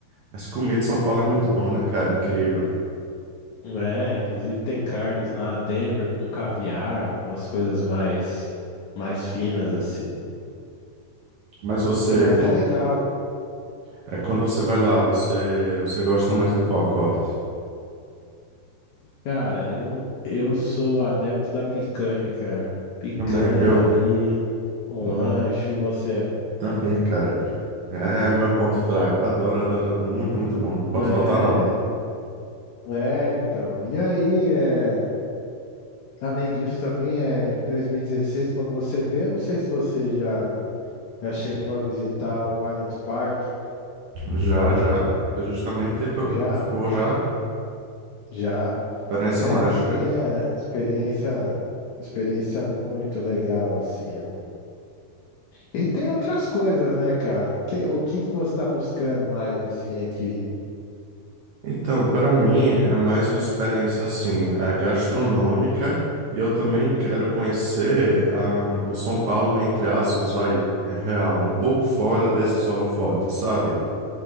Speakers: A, on the right (about 75°); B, on the left (about 80°).
A: Mas comida de São Paulo é muito bom, né, cara? Incrível.
B: É, inclusive tem carnes lá, Denver com caviar, algumas coisas mais, mais finas assim.
A: Mas você,
B: Mas
A: qu-
B: é legal.
A: é, quando você vai lá, você, você gosta mais de qual corte?
B: Cara, eu, eu sou adepto da picanha, cara. Picanha
A: Também, viu?
B: ali, um
A: Eu não-
B: ancho e você.
A: Também, cara. É é o meu ponto fraco. Adoro, adoro. Muito, muito bom. Não pode
B: É,
A: faltar, não.
B: é, então. E aí, é. Além disso, também é em 2016, quando você veio, eu não sei se você já, já chegou a visitar o Allianz Parque.
A: Já, já. Foi justamente por,
B: Já,
A: por já.
B: já.
A: Experiência
B: É,
A: mágica.
B: também é experiência, experiência muito legal, assim. E tem outras coisas, né, cara? Que, o que que você está buscando mais, assim, aqui?
A: Então, para mim é mais uma experiência assim, é gastronômica e eu também quero conhecer ah, o São Paulo, entre aspas, vai, é real, um pouco fora desses holofotes, sabe?